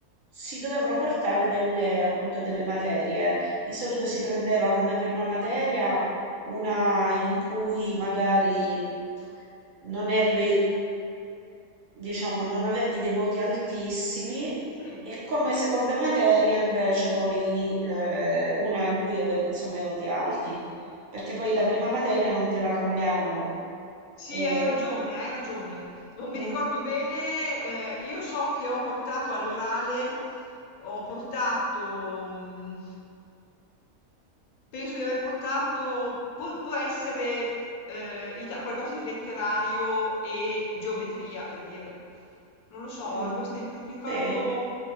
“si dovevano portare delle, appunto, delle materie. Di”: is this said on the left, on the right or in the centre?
Right